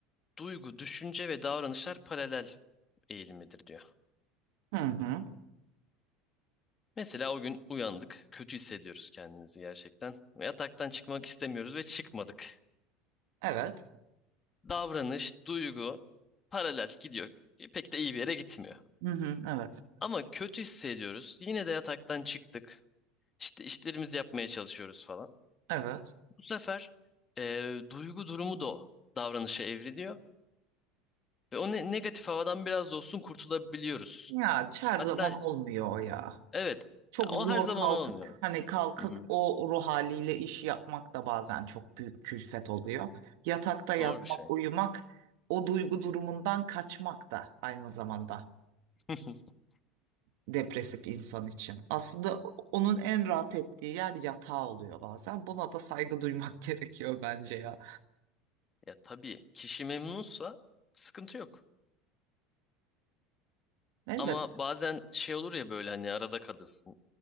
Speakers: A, on the left (about 30°); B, on the right (about 70°).
A: duygu, düşünce ve davranışlar paralel eğilimidir diyor.
B: Hı hı.
A: Mesela o gün uyandık, kötü hissediyoruz kendimizi gerçekten. Ve yataktan çıkmak istemiyoruz ve çıkmadık.
B: Evet.
A: Davranış, duygu paralel gidiyor. E, Pek de iyi bir yere gitmiyor.
B: Hı hı. Evet.
A: Ama kötü hissediyoruz. Yine de yataktan çıktık. İşte işlerimizi yapmaya çalışıyoruz falan.
B: Evet.
A: Bu sefer e, duygu durumu da o davranışa evriliyor ve o ne- negatif havadan biraz da olsun kurtulabiliyoruz.
B: Ya her
A: Hatta
B: zaman olmuyor o ya.
A: evet
B: Çok
A: ya o
B: zor
A: her zaman
B: kalkıp
A: olmuyor.
B: hani kalkıp
A: Hı hı.
B: o ruh haliyle iş yapmak da bazen çok büyük külfet oluyor. Yatakta
A: Zor
B: yatmak,
A: bir şey.
B: uyumak, o duygu durumundan kaçmak da aynı zamanda
A: <laughs>
B: depresif insan için. Aslında onun en rahat ettiği yer yatağı oluyor bazen. Buna da saygı duymak <laughs> gerekiyor bence ya.
A: Ya tabii kişi memnunsa sıkıntı yok.
B: Elbette.
A: Ama bazen şey olur ya böyle hani arada kalırsın.